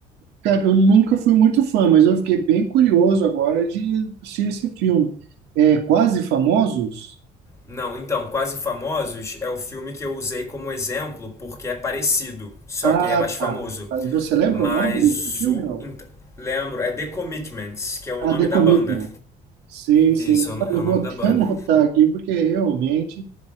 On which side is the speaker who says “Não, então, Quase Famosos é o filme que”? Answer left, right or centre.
Left